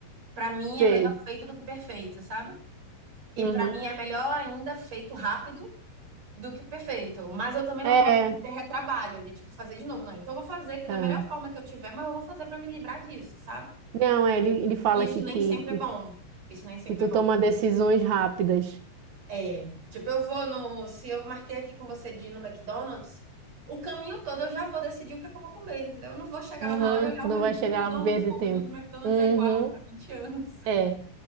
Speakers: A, on the right; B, on the right.
A: Para mim,
B: Sei.
A: é melhor feito do que perfeito, sabe? E
B: Uhum.
A: para mim, é melhor ainda feito rápido do que perfeito. Mas eu também não
B: É.
A: gosto de ter retrabalho, de tipo fazer de novo, não. Então eu vou fazer aqui da
B: ah.
A: melhor forma que eu tiver, mas eu vou fazer pra me livrar disso, sabe?
B: Não, é, ele, ele fala
A: E isso
B: aqui
A: nem
B: que,
A: sempre
B: que,
A: é bom. Isso nem sempre
B: que tu
A: é bom.
B: toma decisões rápidas.
A: É, tipo, eu vou no, se eu marquei aqui com você de ir no McDonald's, o caminho todo eu já vou decidir o que é que eu vou comer, entendeu? Eu não vou chegar
B: Aham.
A: lá na hora e olhar
B: Tu
A: o
B: não
A: menu
B: vai
A: do
B: chegar
A: McDonald's,
B: lá pra perder
A: pô,
B: tempo.
A: o menu do McDonald's
B: Uhum.
A: é igual há 20 anos.
B: É.